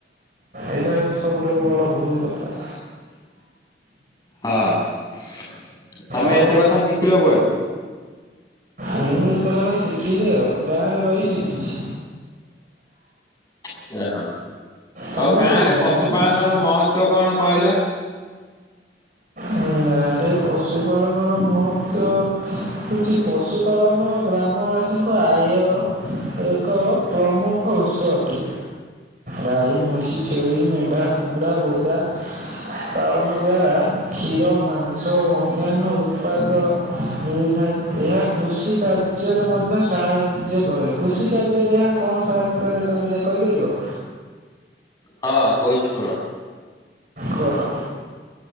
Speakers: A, on the right; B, on the left.
A: ଏଇଟା ହଉଛି ସବୁଠାରୁ ବଡ ଭୁଲ କଥା।
B: ହଁ ତୋମେ
A: ଆଉ
B: ଏତେ କଥା ଶିଖିଲ କୁଆଡୁ?
A: ମୁଁ ଏତେ କଥା ଶିଖିଲି ଆଉ। ଗାଁରେ ରହି ଶିଖିଛି।
B: ସେ ହଁ
A: ତମେ
B: ଆଉ ଗାଁ
A: କୋଉଠି
B: ରେ
A: ଗାଁରେ
B: ପଶୁପାଳନର
A: ନା
B: ମହତ୍ଵ କଣ କହିଲ? ହ
A: ଉଁ, ଗାଁରେ ପଶୁପଳନ ମହତ୍ଵ ହେଉଛି ପଶୁପାଳନ ଗ୍ରାମବାସୀଙ୍କ ଆଇ ଏହାର ଏକ ପ୍ରମୁଖ ଉତ୍ସ ଅଟେ। ଗାଈ, ମଇଁଷି, ଛେଳି, ମେଣ୍ଢା, କୁକୁଡ଼ା, ବୋଦା ପାଳନ ଦ୍ଵାରା କ୍ଷୀର ମାଂସ ଓ ଅନ୍ୟାନ୍ୟ ଉତ୍ପାଦ ମିଳିଥାଏ, ଏହା କୃଷି କାର୍ଯ୍ୟରେ ମଧ୍ୟ ସାହାଇ ଯ୍ୟ କରେ କୃଷି କାର୍ଯ୍ୟରେ ଏହା କଣ ସହାୟ କରେ ତୋମେ ଯାଇ କହିପାରିବ?
B: ହଁ କହୁଛି ଶୁଣ।
A: କୁହ।